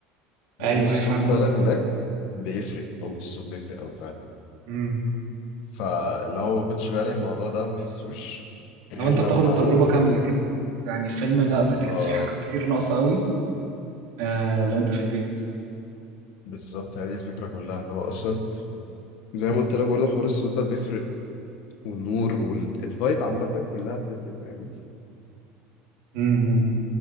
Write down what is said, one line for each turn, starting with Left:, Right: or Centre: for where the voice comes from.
Left: لان
Right: ايوه
Left: الصوت
Right: ايوه فاهم
Left: فعلا هناك بيفرق قوي الصوت بيفرق قوي فعلا
Right: قصدي
Left: فاللي هو ما باخدش بالي من الموضوع ده ما بحسوش غير
Right: لو انت
Left: لما
Right: بتاخد التجربة كاملة كده يعني الفيلم لا
Left: بالظبط
Right: بتحس فيه حاجات كتير ناقصة قوي آه لو انت في البيت
Left: بالظبط هذه الفكره كلها ان هو اصلا زي ما قلت لك برضه حوار الصوت ده بيفرق والنور والفايب عامه كلها بتفرق يعني
Right: امم